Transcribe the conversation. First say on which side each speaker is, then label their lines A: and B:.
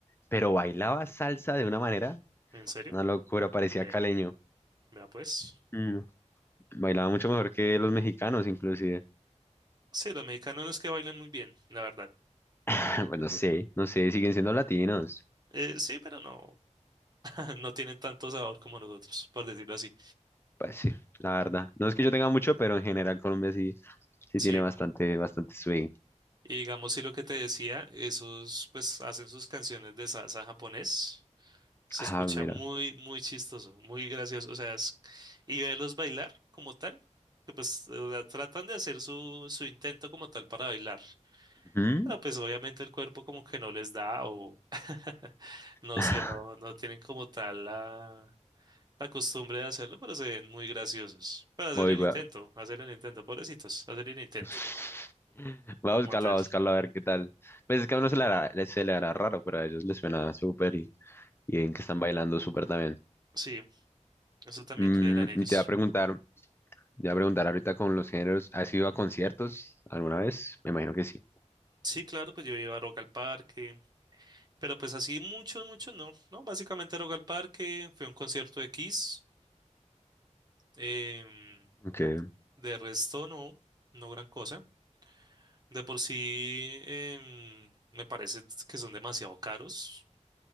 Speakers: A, on the left; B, on the right.
A: pero bailaba salsa de una manera,
B: en serio?
A: una locura, parecía
B: Ve,
A: caleño.
B: vea pues.
A: Mm, Bailaba mucho mejor que los mexicanos, inclusive.
B: Sí, los mexicanos no es que bailen muy bien, la verdad.
A: <laughs> Bueno, no sé, no sé, siguen siendo latinos.
B: Eh, sí, pero no. <laughs> No tienen tanto sabor como nosotros, por decirlo así.
A: Pues sí, la verdad. No es que yo tenga mucho, pero en general Colombia sí, sí
B: Sí.
A: tiene bastante, bastante swing.
B: Y digamos, sí, lo que te decía, esos pues hacen sus canciones de salsa japonés. Se
A: Ah,
B: escucha
A: mira.
B: muy, muy chistoso, muy gracioso. O sea, es- y verlos bailar como tal, que pues o sea, tratan de hacer su, su intento como tal para bailar.
A: Ujú.
B: Pero pues obviamente el cuerpo como que no les da o <laughs> no
A: <sighs>
B: sé, no, no tienen como tal la... la costumbre de hacerlo, pero se ven muy graciosos. Pero hacen
A: Voy,
B: el
A: voy
B: intento,
A: a...
B: hacen el intento, pobrecitos, hacen el intento
A: <laughs> voy
B: como
A: a buscarlo,
B: tal.
A: voy a buscarlo a ver qué tal. Pues es que a uno se le hará, le- se le hará raro, pero a ellos les suena súper y, y ven que están bailando súper también.
B: Sí, eso también
A: Mm,
B: creerán ellos.
A: y te voy a preguntar, te voy a preguntar ahorita con los géneros, ¿has ido a conciertos alguna vez? Me imagino que sí.
B: Sí, claro, pues yo iba a Rock al Parque, pero pues así mucho, mucho no, ¿no? Básicamente Rock al Parque, fue un concierto de Kiss, em,
A: Okay.
B: de resto no, no gran cosa. De por sí, em, me parece que son demasiado caros.